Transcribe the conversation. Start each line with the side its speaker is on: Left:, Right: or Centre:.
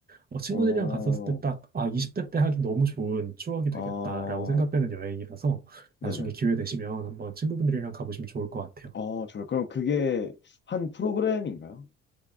Right: 어, 친구들이랑
Left: 어,
Right: 갔었을 때 딱, 아, 20대 때 하기 너무 좋은 추억이
Left: 어,
Right: 되겠다라고 생각되는 여행이라서,
Left: 네네.
Right: 나중에 기회 되시면 한번 친구분들이랑 가보시면 좋을 것 같아요.
Left: 어, 좋아요. 그럼 그게 한 프로그램인가요?